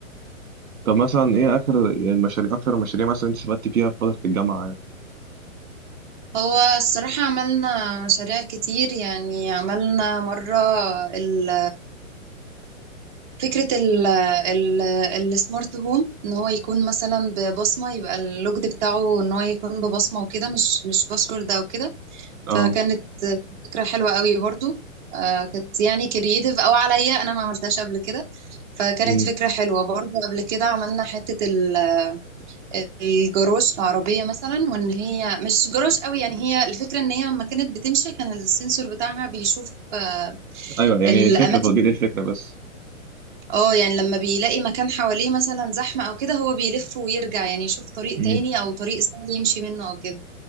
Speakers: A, on the right; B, on the right.
A: طب مثلا ايه اخر المشاريع اكتر المشاريع مثلا انت استفدت فيها في فتره الجامعه يعني
B: هو الصراحة عملنا مشاريع كتير يعني عملنا مرة ال فكرة ال ال السمارت هوم ان هو يكون مثلا ببصمة يبقى اللوجد بتاعه ان هو يكون ببصمة وكده مش مش باسورد او كده
A: اه
B: فكانت فكرة حلوة قوي برضو آه كانت يعني كرييتيف او عليا انا ما عملتهاش قبل كده فكانت
A: امم
B: فكرة حلوة برضو قبل كده عملنا حتة ال- الجروش العربية مثلا وان هي مش جروش قوي يعني هي الفكرة ان هي لما كانت بتمشي كان السنسور بتاعها بيشوف آه،
A: ايوه يعني
B: الاماكن
A: الفكره تطبيق الفكره بس
B: اه يعني لما بيلاقي مكان حواليه مثلا زحمة او كده هو بيلف ويرجع يعني يشوف طريق
A: امم
B: تاني او طريق سهل يمشي منه او كده